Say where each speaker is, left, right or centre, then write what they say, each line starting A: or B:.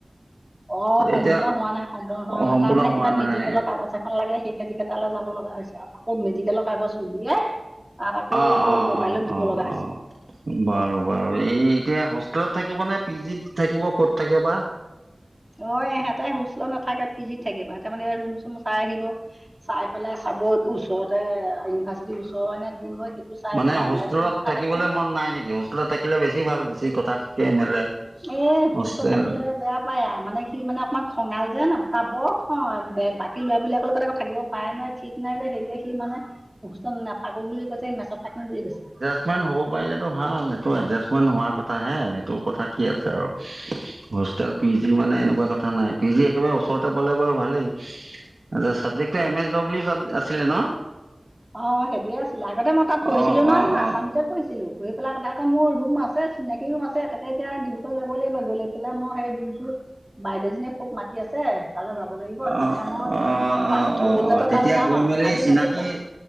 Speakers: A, on the right (about 15°); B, on the right (about 75°).
A: অ সম্পূৰ্ণ
B: এতিয়া
A: হোৱা নাই সম্পূৰ্ণ হোৱা নাই
B: সম্পূৰ্ণ
A: তাৰমানে
B: হোৱা
A: কিবা মেডিকেলৰ
B: নাই
A: কাগজ এখন লাগে সেই খেতি তালে যাব লগা হৈছে আকৌ মেডিকেলৰ কাগজ উলিয়াই তাত আকৌ
B: অ অ
A: মোবাইলত
B: অ
A: দিব
B: অ
A: লগা হৈছে।
B: অ বাৰু বাৰু এই এতিয়া হোষ্টেলত থাকিব নে পি জিত থাকিব ক'ত থাকে বা?
A: অঁ ইহঁতে হোষ্টেলত নাথাকে পিজিত থাকিব। সিহঁতে মানে ৰুম চুম চাই আহিব। চাই পেলাই চাব এইটো ওচৰতে ইউনিভাৰ্চিটিৰ ওচ ওচৰ হয় নে দূৰ হয়েইটো চাই
B: মানে
A: পেলাই
B: হোষ্টেলত
A: ৰুম
B: থাকিবলৈ
A: কালেকচন কৰিব।
B: মন নাই নেকি হোষ্টেলত থাকিলে বেছি ভাল বেছি কথা শিকে, মেলে।
A: এ
B: হোষ্টেল
A: হোষ্টেলত থাকিলে বেয়া আও পায় মানে সি মানে অকণমান খঙাল যেন তাই বৰ অঁ বে বাকী লৰাবলাকৰ লগত আকৌ থাকিব পাৰে নোৱাৰে ঠিক নাই যে সেইটোয়ে সি মানে হোষ্টেলত নাথাকো বুলি কৈছে, মেচত থাকিম বুলি কৈছে।
B: েট হ'ব পাৰিলেটো ভাল, এইটো এডজাষ্টমেণ্ট হোৱাৰ কথা হে এইটো কথা কি আছে আৰু। হোষ্টেল, পি জি মানে এনেকুৱা কথা নাই, পি জি একেবাৰে ওচৰতে পালে বাৰু ভালেই। আচ্ছা' চাবজক্ট এতিয়া এম এছ ড্লি আছিলে ন?
A: অঁ অঁ' সেইটোৱেই আছিলে। আগতে মই তাত পৰহিচিলো
B: অ
A: নহয়,
B: অ
A: মই আছামিছত
B: অ
A: পঢ়ছিলো, পঢ়ি পেলাই আকৌ তাত মোৰ ৰুম আছে, চিনাকি ৰুম আছে তাকে এতিয়া ডিব্ৰুগড় যাব লাগিব। গৈ লৈ পেলাই মই সেই ৰুমটোত বাইদেউজনীয়ে খুব মাতি আছে। তালৈ যাব লাগিব। তেতিয়া
B: অহ'-অহ'-অহ'-অহ'-অহ'
A: মই তাক থবলৈ যাতে
B: তেতিয়া
A: তালৈ যাম
B: গৈ
A: আৰু
B: মেলি
A: আজি
B: চিনাকি
A: নগ'লো আৰু